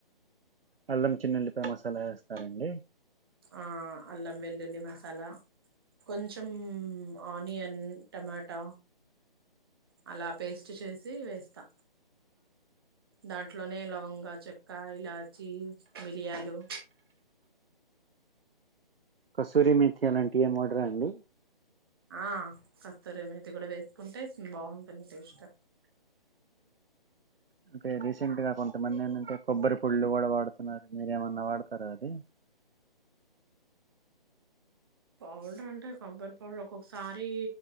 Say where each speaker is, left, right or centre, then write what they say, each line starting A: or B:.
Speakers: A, on the right; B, on the right.
A: అల్లం చిన్నుల్లిపాయ మసాలా వేస్తారండి
B: ఆ అల్లం వెల్లుల్లి మసాలా కొంచం ఆనియన్ టమాటా అలా పేస్ట్ చేసి వేస్తా దాంట్లోనే లవంగా చెక్క ఇలా చి మిరియాలు
A: కసూరి మేతి అలాంటివి ఏం వాడరా అండి
B: ఆ కస్తూరిమెంతీ కూడా వేసుకుంటే బాగుంటుంది టేస్ట్
A: అంటే రీసెంట్ గా కొంతమంది ఏంటంటే కొబ్బరి పుళ్ళు కూడా వాడుతున్నారు మీరు ఎమన్ నా వాడతారా అది
B: పౌడర్ అంటే కొబ్బరి పౌడర్ ఒక్కొక్కసారి